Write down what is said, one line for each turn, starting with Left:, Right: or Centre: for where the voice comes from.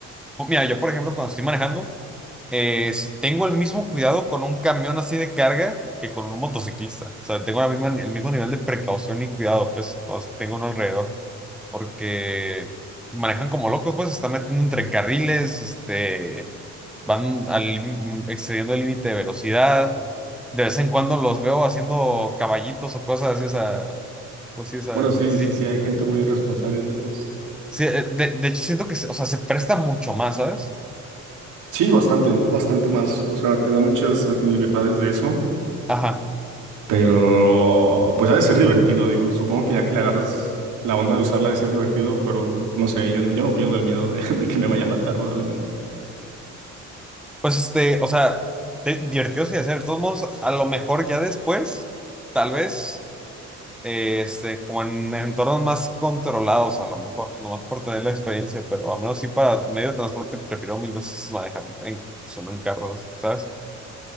Centre: Mira, yo por ejemplo cuando estoy manejando, eh, si tengo el mismo cuidado con un camión así de carga que con un motociclista. O sea, tengo la misma, el mismo nivel de precaución y cuidado, pues, cuando tengo uno alrededor, porque manejan como locos, pues, se están metiendo entre carriles, este, van al- mm, excediendo el límite de velocidad. De vez en cuando los veo haciendo caballitos o cosas así, o sea, pues sí, o sea,
Right: Bueno, sí,
Centre: sí.
Right: sí, sí, hay gente muy irresponsable en motos.
Centre: Sí, eh, de, de hecho siento que, se- o sea, se presta mucho más, ¿sabes?
Right: Sí, bastante, bastante más. O sea, te da muchas libertades de eso.
Centre: Ajá.
Right: Pero pues ha de ser divertido, digo. Supongo que ya que le agarras la onda de usarla ha de ser divertido, pero no sé, yo, no- yo no pierdo el miedo de, <laughs> de que me vaya a matar probablemente.
Centre: Pues este, o sea, te- divertidos y hacer. De todos modos, a lo mejor ya después, tal vez, eh, este, como en entornos más controlados, a lo mejor, nomás por tener la experiencia, pero al menos sí para medio de transporte prefiero mil veces manejar en, solo en carros, ¿sabes?